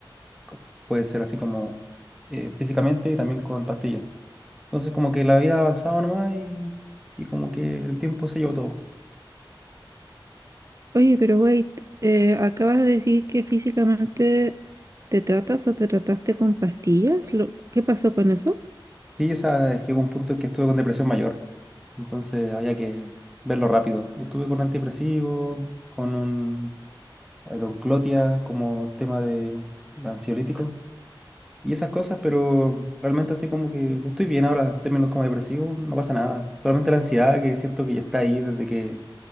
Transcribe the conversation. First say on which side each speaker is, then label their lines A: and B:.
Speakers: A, in the centre; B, on the right (about 35°).
A: co- puede ser así como eh, físicamente y también con pastillas. Entonces como que la vida ha avanzado nomás y, y como que el tiempo se llevó todo.
B: Oye, pero wait, eh, acabas de decir que físicamente te tratas o te trataste con pastillas. Lo- ¿qué pasó con eso?
A: Sí, o sea, es que hubo un punto en que estuve con depresión mayor, entonces había que verlo rápido. Y estuve con antidepresivos, con un eh, con Clotia como tema de ansiolítico y esas cosas, pero realmente así como que estoy bien ahora en términos como depresivos, no pasa nada. Solamente la ansiedad que siento que ya está ahí desde que,